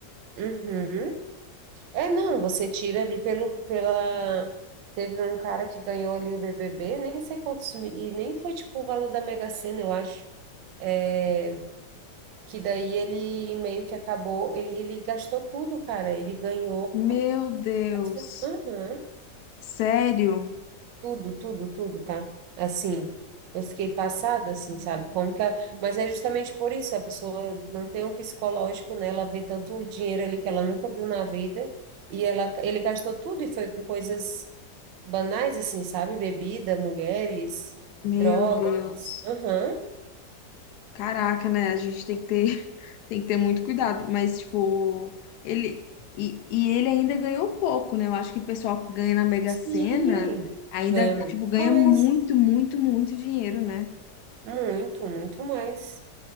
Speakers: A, on the right; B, on the left.
A: Uhum. É, não, você tira ali pelo, pela. Teve um cara que ganhou ali o BBB, nem sei quantos, mi- e nem foi tipo o valor da Mega Sena, eu acho. É, Que daí ele meio que acabou, ele, ele gastou tudo, cara. Ele ganhou,
B: Meu Deus.
A: gastou, aham,
B: Sério?
A: tudo, tudo, tudo, tá? Assim, eu fiquei passada, assim, sabe? Como que a- Mas é justamente por isso, a pessoa não tem um psicológico, né? Ela vê tanto dinheiro ali que ela nunca viu na vida, e ela, ele gastou tudo e foi por coisas banais, assim, sabe? Bebida, mulheres,
B: Meu
A: drogas.
B: Deus.
A: Aham,
B: Caraca, né? A gente tem que ter. Tem que ter muito cuidado, mas, tipo, ele. E, e ele ainda ganhou pouco, né? Eu acho que o pessoal que ganha na Mega
A: sim,
B: Sena ainda,
A: ganha muito
B: tipo, ganha
A: mais.
B: muito, muito, muito dinheiro, né?
A: Muito, muito mais.